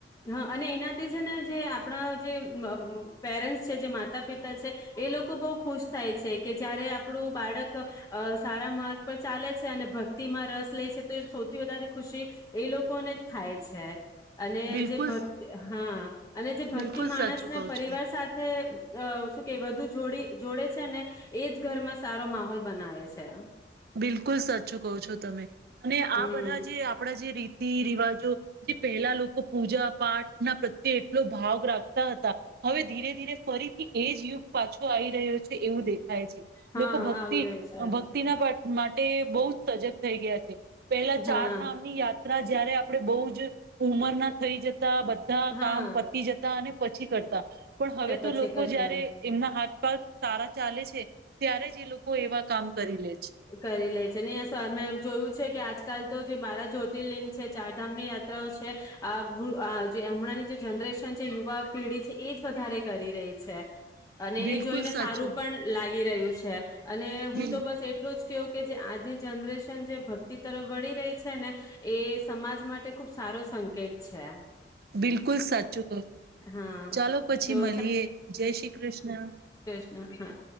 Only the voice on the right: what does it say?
બિલકુલ
બિલકુલ
સાચું કહું
છું.
બિલકુલ સાચું કહો છો તમે. અને
આ બધા જે આપડા જે રી રિવાજો જે પહેલા લોકો પૂજા, પાઠ ના પ્રત્યે એટલો ભાગ રાખતા હતા, હવે ધીરે ધીરે ફરીથી એજ યુગ પાછો આઈ રહ્યો છે. એવું દેખાય છે,
લોકો ભક્તિ
ભક્તિ ના પા માટે બહુજ સજગ થઈ ગયા છે, પેલા ચાર
ધામ ની યાત્રા ત્યારે આપડે બઉજ ઉંમર ના થઈ જ <unintelligible> બધા
કામ પતી જતા અને પછી કરતા, પણ હવે
તો લોકો
જ્યારે એમના હાથ પણ સારા ચાલે છે ત્યારે જ એ લોકો એવા કામ કરી લે છે.
બિલકુલ
સાચું
બિલ
બિલકુલ સાચું કહું.
ચાલો પછી
મલીએ, જય શ્રી કૃષ્ણ.